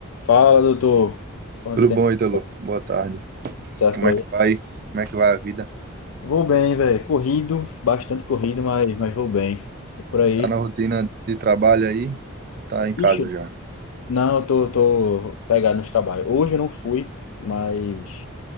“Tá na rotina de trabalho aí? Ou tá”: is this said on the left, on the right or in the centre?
Right